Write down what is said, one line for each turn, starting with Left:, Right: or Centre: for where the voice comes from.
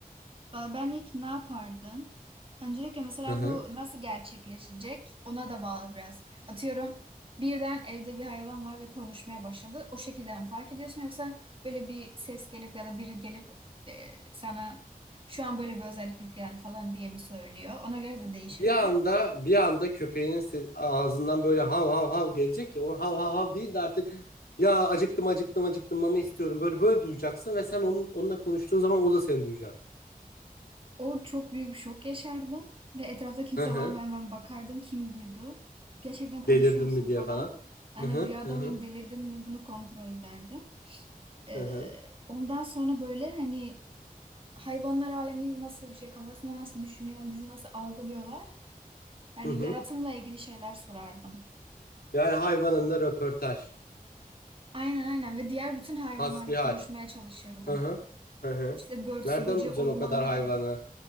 Right: Valla Ben ilk ne yapardım? Öncelikle mesela
Left: Hı hı.
Right: bu nasıl gerçekleşecek ona da bağlı biraz. Atıyorum birden evde bir hayvan var ve konuşmaya başladı. O şekilde mi fark ediyorsun yoksa böyle bir ses gelip ya da biri gelip e, sana şu an böyle bir özellik yüklen falan diye mi söylüyor? Ona göre de değişirdi.
Left: Bir anda bir anda köpeğinin se- ağzından böyle hav hav hav gelecek ya. Onun hav hav hav değil de artık ya acıktım acıktım acıktım mama istiyorum. Böyle böyle duyacaksın ve sen onun, onunla konuştuğun zaman o da seni duyacak.
Right: O çok büyük bir şok yaşardım ve etrafta kimse
Left: Hı hı.
Right: var mı hemen bakardım kim duydu. Gerçekten konuşuyor
Left: Delirdin
Right: musun
Left: mi diye
Right: falan.
Left: falan.
Right: Hani
Left: Hı hı
Right: rüyada
Left: hı
Right: mıyım
Left: hı
Right: delirdim mi bunu kontrol ederdim. Ee,
Left: hı hı.
Right: ondan sonra böyle hani hayvanlar alemi nasıl bir şey, kafasında nasıl düşünüyor, bizi nasıl algılıyorlar. Yani
Left: Hı hı.
Right: yaratımla ilgili şeyler sorardım.
Left: Yani hayvanında röportaj.
Right: Aynen aynen ve diğer bütün hayvanlarla
Left: Hasbihal.
Right: konuşmaya çalışırdım.
Left: Hı hı. Hı hı.
Right: İşte börtüsü
Left: Nereden
Right: böceği
Left: bulacaksın
Right: ormanlara
Left: o kadar hayvanı?
Right: gidip